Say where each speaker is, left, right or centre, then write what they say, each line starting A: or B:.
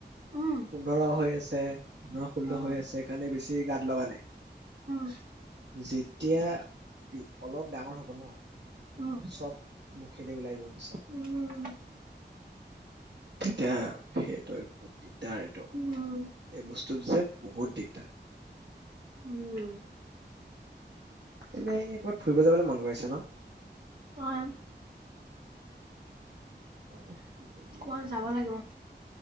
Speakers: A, on the right; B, on the right.
A: উম, উম,
B: পোন্ধৰ হৈ আছে। তে পোন্ধৰ ষোল্ল
A: উম,
B: হৈ আছে কাৰণে বেছি গাত লগা নাই।
A: উম।
B: যেতিয়া অলপ ডাঙৰ হ'ব ন
A: উম,
B: চব মুখেদি ওলাই <unintelligible>
A: উম,
B: তেতিয়া সেইটোৱে। দিগদাৰ এইটো
A: উম,
B: এই বস্তুটো যে বহুত দিগদাৰ।
A: উম,
B: এনেই ক'ৰবাত ফুৰিব যাবলে মনগৈ আছে ন।
A: অ',
B: অ' কি কবি।
A: ক'ৰবাত যাব লাগিব।